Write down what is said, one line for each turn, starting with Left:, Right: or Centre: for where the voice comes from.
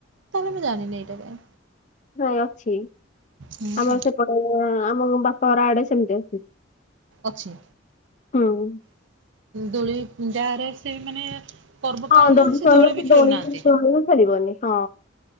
Right: ତାହେଲେ ଯାଣିନି ଏଟା କାଇଁ।
Left: ନାଇଁ ଅଛି।
Right: ହୁଁ
Left: ଆମର ସେପଟେ ଆମ ବାପା ଘର ଆଡେ ସେମିତି ଅଛି।
Right: ଅଛି।
Left: ହୁଁ।
Right: ଦୋଳି ଯାରେ ସେ ମାନେ ପର୍ବ
Left: ହଁ
Right: ପାଳୁନାହାନ୍ତି
Left: ଦୋଳି
Right: ସେ
Left: <inaudible>
Right: ବି ଖେଳୁନାହାନ୍ତି।
Left: ଦୋଳି ଦୋଳି ଖେଳିବନି ହଁ।